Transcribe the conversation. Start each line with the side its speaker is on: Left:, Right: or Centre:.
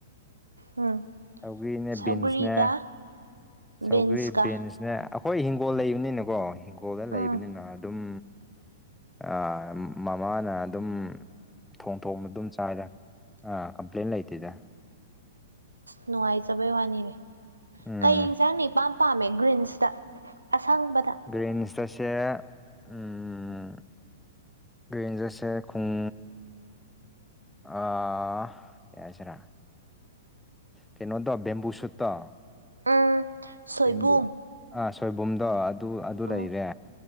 Right: ꯎꯝ
Centre: ꯁꯧꯒ꯭ꯔꯤꯅꯦ
Right: ꯁꯧꯒ꯭ꯔꯤꯒ
Centre: ꯕꯤꯟꯁꯅꯦ ꯁꯧꯒ꯭ꯔꯤ
Right: ꯕꯤꯟꯁꯀ
Centre: ꯕꯤꯟꯁꯅꯦ ꯑꯩꯈꯣꯏ ꯍꯤꯡꯒꯣꯜ ꯂꯩꯕꯅꯤꯅꯀꯣ ꯍꯤꯡꯒꯣꯜꯗ
Right: ꯎꯝ
Centre: ꯂꯩꯕꯅꯤꯅ ꯑꯗꯨꯝ ꯑꯥ ꯃꯃꯥꯅ ꯑꯗꯨꯝ ꯊꯣꯡ ꯊꯣꯡꯕ ꯑꯗꯨꯝ ꯆꯥꯏꯗ ꯑꯥ ꯀꯝꯄ꯭ꯂꯦꯟ ꯂꯩꯇꯦꯗ
Right: ꯅꯨꯡꯉꯥꯏꯖꯕꯩ ꯋꯥꯅꯤꯅꯦ
Centre: ꯎꯝ
Right: ꯀꯩ ꯏꯟꯁꯥꯡꯅ ꯏꯄꯥꯝ ꯄꯥꯝꯃꯦ ꯒ꯭ꯔꯤꯟꯁꯇ ꯑꯁꯪꯕꯗ
Centre: ꯒ꯭ꯔꯤꯟꯁꯇꯁꯦ ꯎꯝ ꯒ꯭ꯔꯤꯟꯁꯇꯁꯦ ꯈꯨꯡ ꯑꯥ ꯀꯩ ꯍꯥꯏꯁꯤꯔꯥ ꯀꯩꯅꯣꯗꯣ ꯕꯦꯝꯕꯨ ꯁꯨꯠꯇꯣ
Right: ꯎꯝ ꯁꯣꯏꯕꯨꯝ
Centre: ꯕꯦꯝꯕꯨ ꯑꯥ ꯁꯣꯏꯕꯨꯝꯗꯣ ꯑꯗꯨ ꯑꯗꯨ ꯂꯩꯔꯦ
Right: ꯎꯝ